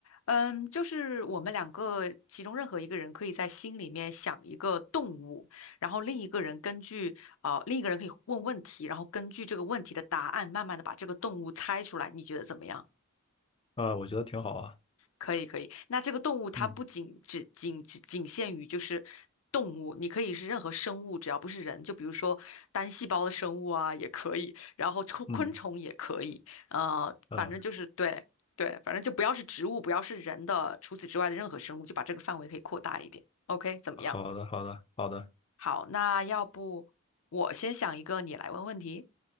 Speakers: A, on the left; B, on the left.
A: 嗯，就是我们两个其中任何一个人可以在心里面想一个动物，然后另一个人根据呃另一个人可以问问题，然后根据这个问题的答案，慢慢的把这个动物猜出来。你觉得怎么样？
B: 啊，我觉得挺好啊。
A: 可以可以，那这个动物它不仅只仅只仅限于就是动物，
B: 嗯
A: 你可以是任何生物，只要不是人，就比如说单细胞的生物啊也可以，然后昆昆虫也可以，
B: 嗯
A: 呃，
B: 嗯，
A: 反正就是对对，反正就不要是植物，不要是人的，除此之外的任何生物，就把这个范围可以扩大一点。OK，怎么样？
B: 好的好的好的，
A: 好，那要不我先想一个，你来问问题。